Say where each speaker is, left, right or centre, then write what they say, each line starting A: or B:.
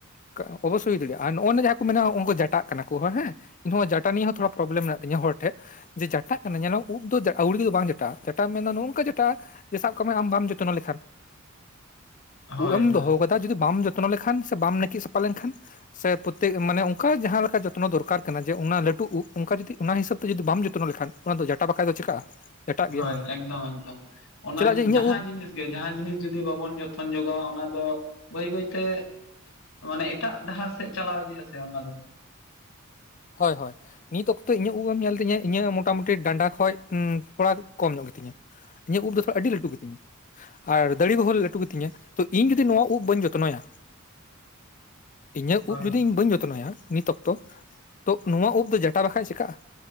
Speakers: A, on the left; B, on the left.
A: ᱚᱱᱠᱟ ᱚᱵᱚᱥᱥᱳᱭ ᱦᱩᱭ ᱫᱟᱲᱮᱭᱟᱜᱼᱟ᱾ ᱟᱨ ᱱᱚᱜᱱᱚᱶᱟ ᱡᱟᱦᱟᱸ ᱠᱚ ᱢᱮᱱᱟᱜ ᱩᱱᱠᱩ ᱡᱟᱴᱟᱜ ᱠᱟᱱᱟ ᱠᱚ ᱦᱮ ᱱᱚᱣᱟ ᱡᱟᱴᱟ ᱱᱤᱭᱮ ᱦᱚᱸ ᱛᱷᱚᱲᱟ ᱯᱨᱚᱵᱽᱞᱮᱢ ᱢᱮᱱᱟᱜ ᱛᱤᱧᱟᱹ ᱦᱚᱲ ᱴᱷᱮᱱ᱾ ᱡᱮ ᱡᱟᱴᱟᱜ ᱠᱟᱱᱟ ᱡᱮᱱᱚ ᱩᱫ ᱫᱚ ᱟᱹᱣᱲᱤᱜ ᱫᱚ ᱵᱟᱝ ᱡᱟᱴᱟᱜᱼᱟ ᱡᱟᱴᱟᱢ ᱢᱮᱱ ᱱᱚᱜᱼᱚ ᱱᱚᱝᱠᱟ ᱡᱟᱴᱟᱜᱼᱟ, ᱡᱮ ᱥᱟᱵ ᱠᱟᱜ ᱢᱮ ᱟᱢ ᱵᱟᱢ ᱡᱚᱛᱱᱚ ᱞᱮᱠᱷᱟᱱ᱾
B: <inaudible> ᱦᱳᱭ
A: ᱩᱵ ᱮᱢ
B: ᱦᱳᱭ
A: ᱫᱚᱦᱚᱣ ᱠᱟᱫᱟ ᱡᱩᱫᱤ ᱵᱟᱢ ᱡᱚᱛᱱᱚ ᱞᱮᱠᱷᱟᱱ ᱥᱮ ᱵᱟᱢ ᱱᱟᱹᱠᱤᱡ ᱥᱟᱯᱷᱟ ᱞᱮᱱᱠᱷᱟᱱ, ᱥᱮ ᱯᱨᱚᱛᱛᱮᱠ ᱢᱟᱱᱮ ᱚᱱᱠᱟ ᱡᱟᱦᱟᱸ ᱞᱮᱠᱟ ᱡᱚᱛᱱᱚ ᱫᱚᱨᱠᱟᱨ ᱠᱟᱱᱟ ᱡᱮ ᱚᱱᱟ ᱞᱟᱹᱴᱩ ᱩᱵ ᱚᱱᱠᱟ ᱡᱩᱫᱤ ᱚᱱᱟ ᱦᱤᱥᱟᱹᱵᱽ ᱛᱮ ᱡᱩᱫᱤ ᱵᱟᱢ ᱡᱚᱛᱱᱚ ᱞᱮᱠᱷᱟᱱ ᱚᱱᱟᱫᱚ ᱡᱟᱴᱟ ᱵᱟᱠᱷᱟᱱ ᱫᱚ ᱪᱤᱠᱟᱹᱜᱼᱟ᱾ ᱡᱟᱴᱟᱜ
B: ᱦᱳᱭ
A: ᱜᱮᱭᱟ
B: ᱮᱠᱫᱚᱢ ᱮᱠᱫᱚᱢ ᱚᱱᱟ
A: ᱪᱮᱫᱟᱜ ᱡᱮ ᱤᱧᱟᱹᱜ
B: ᱡᱟᱦᱟᱸ
A: ᱩᱵ
B: ᱡᱤᱱᱤᱥ ᱡᱮ ᱡᱟᱦᱟᱸ ᱡᱤᱱᱤᱥ ᱡᱩᱫᱤ ᱵᱟᱵᱚᱱ ᱡᱚᱛᱚᱱ ᱡᱚᱜᱟᱣᱟ, ᱚᱱᱟ ᱫᱚ ᱵᱟᱹᱭ ᱵᱟᱹᱭᱛᱮ ᱢᱟᱱᱮ ᱮᱴᱟᱜ ᱰᱟᱦᱟᱨ ᱥᱮᱫ ᱪᱟᱞᱟᱣ ᱤᱫᱤᱜᱼᱟ ᱥᱮ ᱚᱱᱟ ᱫᱚ᱾
A: ᱦᱳᱭ ᱦᱳᱭ ᱱᱤᱛ ᱚᱠᱛᱚ ᱤᱧᱟᱹᱜ ᱩᱵᱮᱢ ᱧᱮᱞ ᱛᱤᱧᱟᱹ ᱤᱧᱟᱹᱜ ᱢᱚᱴᱟᱢᱩᱴᱤ ᱰᱟᱸᱰᱟ ᱠᱷᱚᱡ ᱩᱸ ᱛᱷᱚᱲᱟ ᱠᱚᱢ ᱧᱚᱜ ᱜᱮᱛᱤᱧᱟ᱾ ᱤᱧᱟᱹᱜ ᱩᱵ ᱫᱚ ᱛᱷᱚᱲᱟ ᱟᱹᱰᱤ ᱞᱟᱴᱩ ᱜᱮᱛᱤᱧᱟ᱾ ᱟᱨ ᱫᱟᱨᱮ ᱠᱚᱦᱚᱸ ᱞᱟᱹᱴᱩ ᱜᱮᱛᱤᱧᱟ ᱛᱚ ᱤᱧ ᱡᱩᱫᱤ ᱱᱚᱣᱟ ᱩᱵ ᱵᱟᱹᱧ ᱡᱚᱛᱱᱚᱭᱟ,
B: <inaudible>
A: ᱤᱧᱟᱹᱜ
B: ᱦᱳᱭ
A: ᱩᱵ ᱡᱩᱫᱤ ᱤᱧ ᱵᱟᱹᱧ ᱡᱚᱛᱱᱚᱭᱟ ᱱᱤᱛ ᱚᱠᱛᱚ ᱛᱚ ᱱᱚᱣᱟ ᱩᱵ ᱫᱚ ᱡᱟᱴᱟ ᱵᱟᱠᱷᱟᱡ ᱪᱤᱠᱟᱜᱼᱟ